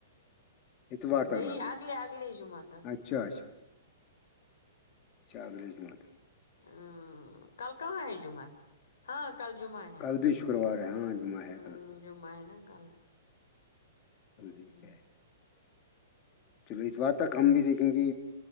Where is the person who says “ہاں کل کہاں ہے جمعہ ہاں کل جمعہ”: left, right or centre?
Left